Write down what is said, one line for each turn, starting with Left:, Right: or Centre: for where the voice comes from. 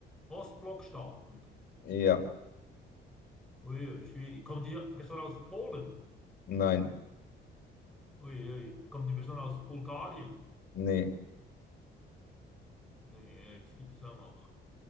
Centre: äh, Ostblockstaaten?
Left: Ja.
Centre: Uiui, schwierig. Kommt die Person aus Polen?
Left: Nein.
Centre: Uiui. Kommt die Person aus Bulgarien?
Left: Nee.
Centre: Uiui, was gibt's da noch?